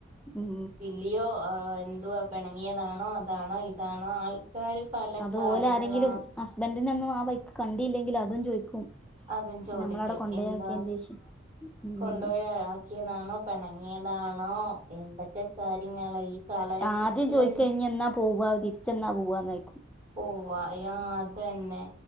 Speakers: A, in the centre; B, on the right (about 35°).
A: ഉം
B: ഇയോ എന്തുവാ പിണങ്ങിയതാണോ അതാണോ ഇതാണോ ആൾ ക്കാര് പല
A: അത്
B: കാര്യങ്ങളാ
A: ഓല് ആരെങ്കിലും ഹസ്ബൻഡിനൊന്നും ആ വൈക്ക് കണ്ടിയില്ലെങ്കില് അതും ചോയിക്കും
B: അതും ചോദിക്കും
A: നമ്മളവിടെ കൊണ്ടയാക്കിയേന്റേഷം
B: എന്താ
A: ഉം
B: കൊണ്ടുപോയ ിയതാണോ പിണങ്ങിയതാണോ എന്തൊക്കെ കാര്യങ്ങ ഈ കാലഘട്ടത്തിലും
A: ആദ്യം ചോയിക്ക ഇനി എന്നാ പോവാ തിരിച്ചെന്നാ പോവന്നോയ്ക്കും
B: പോവാ ആ അതന്നെ